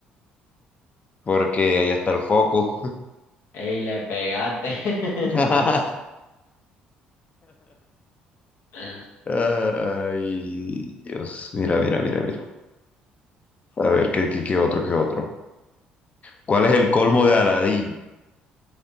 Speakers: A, on the left; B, on the left.
A: porque allá está el foco.
B: Ey, le pegaste.
A: <laughs>
B: <laughs>
A: Ay, Dios, mira, mira, mira, mira. A ver, ¿qué, qué, qué otro, qué otro? ¿Cuál es el colmo de Aladín?